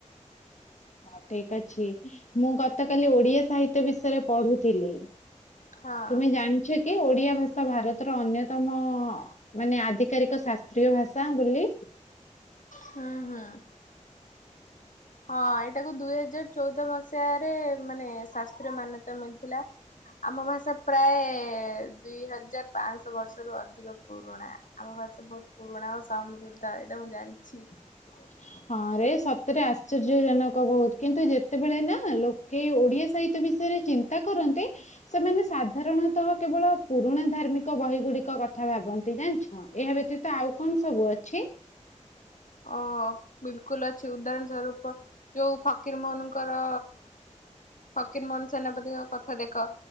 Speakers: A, on the left; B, on the left.
A: ହଁ ଠିକ୍ଅଛି, ମୁଁ ଗତକାଲି ଓଡିଆ ସାହିତ୍ୟ ବିଷୟରେ ପଢୁଥିଲି,
B: ହଁ।
A: ତୁମେ ଜାଣିଛ କି ଓଡ଼ିଆ ଭାଷା ଭାରତର ଅନ୍ୟତମ ମାନେ ଆଧିକାରିକ ଶାସ୍ତ୍ରୀୟ ଭାଷା ବୋଲି।
B: ହଁ ହଁ। ହଁ ଏଇଟାକୁ ଦୁଇ ହଜାର ଚଉଦ ମସିହାରେ ମାନେ ଶାସ୍ତ୍ରୀ ମାନ୍ୟତା ମିଳିଥିଲା। ଆମ ଭାଷା ପ୍ରାୟ ଦୁଇ ହଜାର ପାଆଁଶ ବର୍ଷରୁ ଅଧିକ ପୁରୁଣା ଆମ ଭାଷା ବହୁତ ପୁରୁଣା ଓ ସମୃଦ୍ଧ ଏଇଟା ମୁଁ ଜାଣଚି।
A: <unintelligible> ହଁ ରେ ସତରେ ଆଶ୍ଚର୍ଯ୍ୟ ଜନକ ବହୁତ କିନ୍ତୁ ଯେତେବେଳେ ନା ଲୋକେ ଓଡିଆ ସାହିତ୍ୟ ବିଷୟରେ ଚିନ୍ତା କରନ୍ତେ। ସେମାନେ ସାଧାରଣତଃ କେବଳ ପୁରୁଣା ଧାର୍ମିକ ବହି ଗୁଡିକ କଥା ଭାବନ୍ତି ଜାଣିଛ। ହଁ ଏହା ବ୍ୟତୀତ ଆଉ କଣ ସବୁ ଅଛି।
B: ଓ ବିଲକୁଲ ଅଛି ଉଦାହରଣ ସ୍ଵରୁପ ଯୋଉ ଫକୀର ମୋହନଙ୍କର ଫକୀର ମୋହନ ସେନାପତିଙ୍କ କଥା ଦେଖ